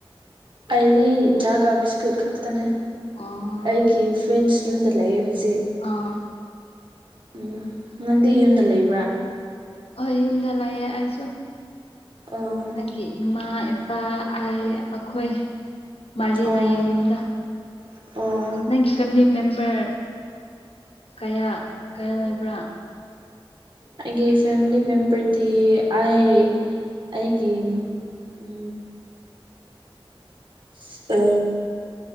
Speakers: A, on the right (about 55°); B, on the left (about 85°).
A: ꯑꯩꯗꯤ ꯆꯥ ꯇꯕꯤꯁ ꯑꯗꯨ ꯈꯛꯇꯅꯦ
B: ꯑꯣ
A: ꯑꯩꯒꯤ ꯐ꯭ꯔꯦꯟꯁ ꯌꯨꯝꯗ ꯂꯩꯌꯦ ꯍꯧꯖꯤꯛ
B: ꯑꯥ
A: ꯎꯝ ꯅꯪꯗꯤ ꯌꯨꯝꯗ ꯂꯩꯕ꯭ꯔꯥ
B: ꯍꯣꯏ ꯌꯨꯝꯗ ꯂꯌꯦ ꯑꯩꯁꯨ
A: ꯑꯣ
B: ꯑꯩꯒꯤ ꯏꯃꯥ ꯏꯄꯥ ꯑꯩ ꯑꯩꯈꯣꯏ ꯃꯔꯤ
A: ꯑꯣ
B: ꯂꯩꯌꯦ ꯌꯨꯝꯗ
A: ꯑꯣ
B: ꯅꯪꯒꯤ ꯐꯦꯃꯤꯂꯤ ꯃꯦꯝꯕꯔ ꯀꯌꯥ ꯀꯌꯥ ꯂꯩꯕ꯭ꯔꯥ
A: ꯑꯩꯒꯤ ꯐꯦꯃꯤꯂꯤ ꯃꯦꯝꯕꯔꯗꯤ ꯑꯩ ꯑꯩꯒꯤꯡ ꯎ ꯏꯁ ꯑ